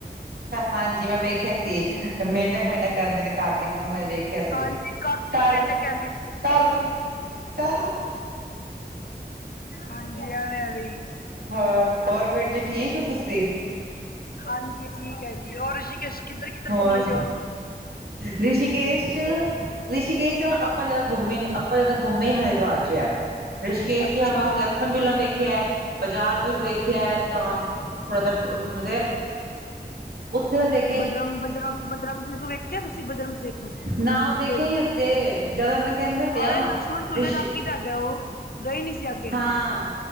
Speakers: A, on the right; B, on the left.
A: ਹਾਂਜੀ, ਮੈਂ ਵੇਖੇਆ ਸੀ। ਮੇਂਢਕ-ਮੇਂਢਕ ਕਰਨ ਦੇ ਨੇ ਕਾਰਤਿਕ ਨੂੰ, ਮੈਂ ਵੇਖੇਆ ਸੀ,
B: ਹਾਂਜੀ ਕਾਰਤਿਕਾ
A: ਟਰ
B: ਪਿੰਡ ਕਹਿੰਦੀ ਸੀ
A: ਟਰ-ਟਰ।
B: ਹਾਂਜੀ, ਐਵੇਂ-ਐਵੇ ਈ।
A: ਹੋਰ, ਹੋਰ ਵੀਰ ਜੀ ਠੀਕ ਤੂਸੀ?
B: ਹਾਂਜੀ ਠੀਕ ਐ ਜੀ, ਔਰ ਰਿਸ਼ੀਕੇਸ਼ ਕਿੱਧਰ ਕਿੱਧਰ
A: ਹੋਰ?
B: ਘੁੰਮੇ ਸੀ
A: ਰਿਸ਼ੀਕੇਸ਼ 'ਚ, ਰਿਸ਼ੀਕੇਸ਼ ਤਾਂ ਆਪਾਂ ਜਾ ਘੁੰਮੇ ਨੀ। ਬਹੁਤ ਜ਼ਿਆਦਾ ਘੁੰਮੇ ਹੀ ਹਰਿਦੁਵਾਰ 'ਚ ਹੈ। ਰਿਸ਼ਕੇਸ਼
B: ਅੱਛਾ
A: ਜੀ ਬਸ ਲਕਸ਼ਮਣ ਝੁਲਾ ਵੇਖਿਆ ਹੈ, ਬਾਜ਼ਾਰ ਬੁਜੁਰ ਵੇਖਿਆ
B: ਉਧਰ
A: ਹੈ ਤਾਂ ਥੋੜਾ ਜਿਹਾ ਮਤਲਬ, ਉੱਥੇ ਦਾ ਦੇਖ
B: ਬਜਰੰਗ, ਬਜਰੰਗ, ਬਜਰੰਗ ਜ ਤੋਂ ਵੇਖ ਦੇਖਿਆ ਤੁਸੀਂ ਬਜਰਗ ਸੇਤੂ,
A: ਨਾ
B: ਰਿਸ਼ੀਕੇਸ਼
A: ਵੇਖਿਆ
B: ਚ',
A: ਹੀ ਉੱਥੇ ਜਿਆਦਾ ਮੈਂ ਕਹਿੰਦਾ ਪਿਆ
B: ਅਰੇ ਲਕਸ਼ਮਣ ਝੁਲੇ
A: ਰਿਸ਼ੀ
B: ਦਾ ਅੱਗੇ ਹੀ ਦ ਹੈਗਾ ਉਹ, ਗਏ ਨੀ ਸੀ ਅੱਗੇ‌
A: ਹਾਂ,